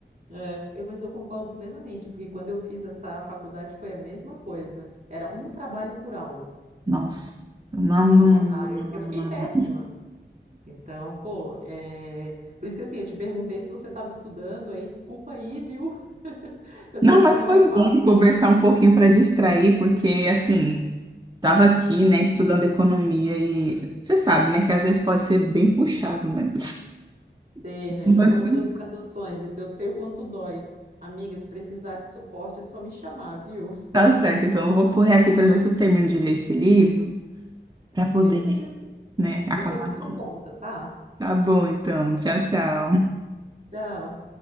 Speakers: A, on the right; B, on the right.
A: É, eu- mas eu concordo plenamente, porque quando eu fiz essa faculdade foi a mesma coisa. Era um trabalho por aula.
B: Nossa. Não, não,
A: Não dá.
B: não, não,
A: Eu,
B: não,
A: eu fiquei
B: não,
A: péssima.
B: não.
A: Então, pô, é... por isso que assim, eu te perguntei se você estava estudando aí, desculpa aí, viu? <laughs> Eu
B: Não,
A: sei
B: Não,
A: que
B: mas
A: não
B: foi
A: é fácil.
B: bom conversar um pouquinho para distrair, porque assim, tava aqui, né, estudando economia e você sabe, né, que às vezes pode ser bem puxado, né?
A: Sei,
B: <laughs>
A: né?
B: Não
A: Já
B: vai
A: foram
B: descansar.
A: duas graduações, então eu sei o quanto dói. Amiga, se precisar de suporte é só me chamar, viu? <laughs>
B: Tá certo, então eu vou correr aqui para ver se eu termino de ler esse livro para poder,
A: Beleza.
B: né, acabar
A: Depois
B: logo.
A: me conta, tá?
B: Tá bom, então. Tchau, tchau.
A: Tchau.